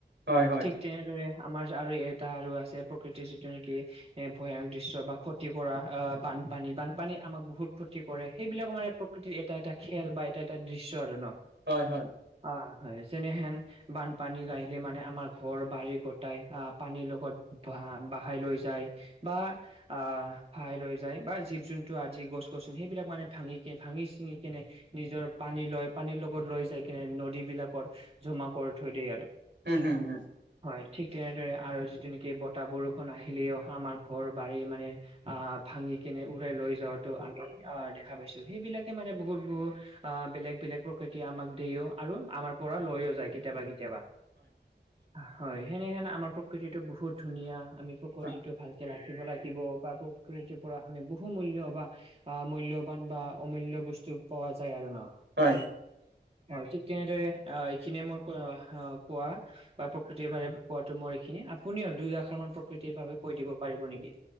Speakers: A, on the right; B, on the right.
A: হয় হয়।
B: ঠিক তেনেদৰে আমাৰ আৰু এটা আৰু আছে প্ৰকৃতিৰ যিটো নেকি এ ভয়ানক দৃশ্যৰ বা ক্ষতি কৰা আহ বানপানী বানপানী আমাক বহুত ক্ষতি কৰে সেইবিলাক মানে প্ৰকৃতিৰ এটা এটা খেল বা এটা এটা দৃশ্য আৰু ন।
A: হয় হয়।
B: অহ যেনেহেন বানপানী গাঢ়িলে মানে আমাৰ ঘৰ-বাৰী গোটাই আহ' পানীৰ লগত বহাই লৈ যায়। বা আহ ভহাই লৈ যায় বা জীৱ-জন্তু আদি গছ-গছনি সেইবিলাক মানে ভাঙিনে ভাঙি চিঙি কেনে নিজৰ পানী লৈ পানীৰ লগত লৈ যাই কিনে নদীবিলাকত জমা কৰি থৈ দিয়ে আৰু।
A: উম হুম হুম।
B: হয় ঠিক তেনেদৰে আৰু যিটো নেকি বতাহ বৰষুণ আহিলে অহ আমাৰ ঘৰ বাৰী মানে আহ' ভাঙি কিনে উৰাই লৈ যোৱাতটো আমি আহ দেখা পাইছোঁ। সেইবিলাকে মানে বহুত বহুত অ' বেলেগ বেলেগ প্ৰকৃতিয় আমাক দেও আৰু আমাৰ পৰা লৈয়ও যায় কেতিয়াবা কেতিয়াবা। হয় সেনেহেন আমাৰ প্ৰকৃতিটো বহুত ধুনীয়া আমি প্ৰকৃতিটো
A: হয়
B: ভালকে ৰাখিব লাগিব বা প্ৰকৃতিৰ পৰা আমি বহু মূল্যৰ বা আহ মূল্যবান বা অমূল্য বস্তু পোৱা যায় আৰু ন।
A: হয়।
B: হয় ঠিক তেনেদৰে অ এইখিনিয়ে মই ক অ কোৱা বা প্ৰকৃতিৰ বাবে কোৱাটো মোৰ এইখিনি। আপুনি দুই আশাৰ মান প্ৰকৃতিৰ বাবে কৈ দিব পাৰিব নেকি?